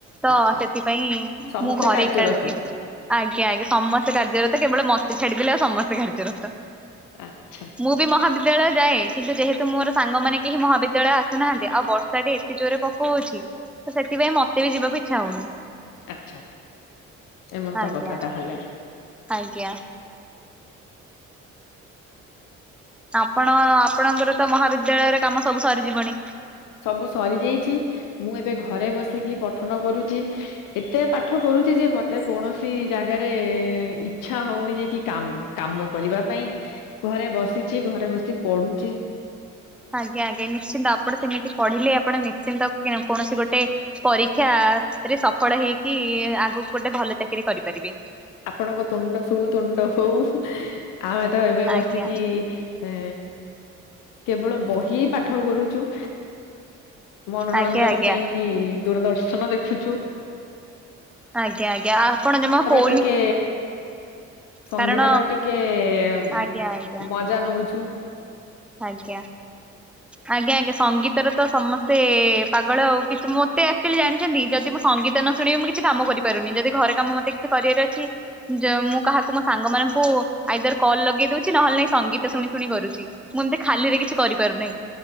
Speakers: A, in the centre; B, on the left.
A: ତ
B: ଆଚ୍ଛା
A: ସେଥିପାଇଁ
B: ସମସ୍ତେ
A: ମୁଁ ଘରେ
B: କାର୍ଯ୍ୟରତ
A: ଏ ଏକା ଆଜ୍ଞା ଆଜ୍ଞା। ସମସ୍ତେ କାର୍ଯ୍ୟରତ କେବଳ ମତେ ଛାଡିଦେଲେ ଆଉ ସମସ୍ତେ କାର୍ଯ୍ୟରତ
B: ଆଚ୍ଛା
A: ମୁବି ମହାବି ବିଦ୍ୟାଳୟ ଯାଏ କିନ୍ତୁ ଯେହେତୁ ମୋର ସାଙ୍ଗମାନେ କେହି ମହାଦ୍ୟାଳୟ ଆସୁନାହାନ୍ତି ଆଉ ବର୍ଷାଟି ଏତେ ଜୋରେ ପକୋଉଚି। ତସେଥିପାଇ ମତେବି ଯିବାକୁ ଇଚ୍ଛା ହଉନି।
B: ଆଚ୍ଛା ଏମନ୍ ତ
A: ଆଜ୍ଞା
B: କଥା ତାହଲେ।
A: ଆଜ୍ଞା। ଆପଣ ଆପଣଙ୍କର ତ ମହାବିଦ୍ୟାଳୟରେ କାମ ସବୁ ସରିଯିବଣୀ।
B: ସବୁ ସରିଯାଇଛି ମୁଁ ଏବେ ଘରେ ବସିକି ପଠନ କରୁଚି। ଏତେ ପାଠ କରୁଛି ଯେ ମତେ କୌଣସି ଜାଗାରେ ଇଚ୍ଛା ହଉନି ଯେ କି କାମ କାମ କରିବା ପାଇଁ ଘରେ ବସିଚି ଘରେ ବସି ପଢୁଚି।
A: ଆଜ୍ଞା ଆଜ୍ଞା ନିଶ୍ଚିନ୍ତ ଆପଣ ସେମିତି ପଢିଲେ ଆପଣ ନିଶ୍ଚିନ୍ତ ଯେ କୌଣସି ଗୋଟେ ପରୀକ୍ଷା ରେ ସଫଳ ହେଇକି ଆଗୁକୁ ଗୋଟିଏ ଭଲ ଚାକିରି କରିପାରିବେ।
B: ଆପଣଙ୍କ ତୁଣ୍ଡ ସୁତୁଣ୍ଡ ହଉ ଆମେ ତ ଏବେ ବସିକି
A: ଆଜ୍ଞା
B: ଏଁ କେବଳ ବହି ପାଠ କରୁଚୁ। ମନୋରଞ୍ଜନ
A: ଆଜ୍ଞା ଆଜ୍ଞା
B: ପାଇଁ କି ଦୂରଦର୍ଶନ ଦେଖୁଚୁ।
A: ଆଜ୍ଞା ଆଜ୍ଞା ଆପଣ ଜମା ହୁ
B: ଟିକେ ସଙ୍ଗୀତ
A: କାରଣ
B: ର ଟିକେ ମଜ
A: ଆଜ୍ଞା ଆଜ୍ଞା
B: ମଜା ନୋଉଛୁ।
A: ଆଜ୍ଞା। ଆଜ୍ଞା ଆଜ୍ଞା ସଙ୍ଗୀତର ତ ସମସ୍ତେ ପାଗଳ ଆଉ କିଛି ମୋତେ ଆକ୍ଚୁଆଲି ଜାଣିଛନ୍ତି ଯଦି ମୁଁ ସଙ୍ଗୀତ ନ ଶୁଣିବି ମୁଁ କି କିଛି କାମ କରିପାରୁନି ଯଦି ଘରେ କାମ ମତେ କିଛି କରିଆର ଅଛି ଯ ମୁଁ କାହାକୁ ମୋ ସାଙ୍ଗ ମାନଙ୍କୁ ଆଇଦର କଲ ଲଗେଇ ଦଉଛି ନହେଲେ ନାଇ ସଙ୍ଗୀତ ଶୁଣି ଶୁଣି କରୁଚି। ମୁଁ ଏମିତି ଖାଲିରେ କିଛି କରିପାରୁନେଇଁ।